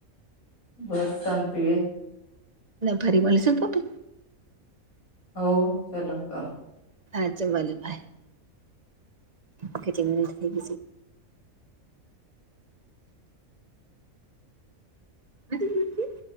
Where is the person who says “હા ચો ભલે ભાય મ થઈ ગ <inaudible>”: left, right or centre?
Right